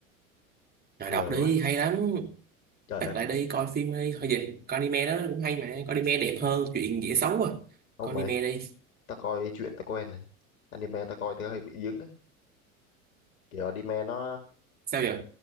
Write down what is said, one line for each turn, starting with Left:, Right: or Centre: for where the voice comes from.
Right: rồi
Left: lời
Right: đọc đi
Left: quá
Right: hay lắm
Left: trời
Right: bắt
Left: ơi
Right: lại đi coi phim đi thôi vậy coi anime đó cũng hay mà coi anime đẹp hơn chuyện dễ xấu à
Left: ông
Right: coi
Left: mày
Right: anime đi
Left: tao coi chuyện tao quen này anime tao coi tao hay bị dính ấy. kiểu anime nó
Right: sao vậy